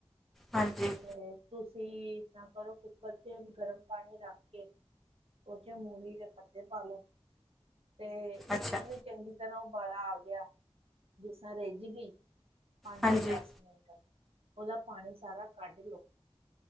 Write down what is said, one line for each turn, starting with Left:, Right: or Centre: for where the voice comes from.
Centre: ਹਾਂਜੀ।
Right: ਤੇ ਤੁਸੀਂ ਇਸ ਤਰਾਂ ਕਰੋ ਕੁੱਕਰ'ਚ ਗਰਮ ਪਾਣੀ ਰੱਖ ਕੇ ਓ 'ਚ ਮੂਲੀ ਦੇ ਪੱਤੇ ਪਾਲੋ ਤੇ
Centre: ਅੱਛਾ
Right: ਪੂਰੀ ਚੰਗੀ ਤਰਾਂ ਉਬਾਲਾ ਆ ਗਿਆ ਜਿਸ ਤਰਾਂ ਰਿੱਝ ਗਈ ਪੰਜ
Centre: ਹਾਂਜੀ
Right: ਜਾਂ ਦਸ ਮਿੰਟ ਓਦਾ ਪਾਨੀ ਸਾਰਾ ਕੱਢ ਲੋ।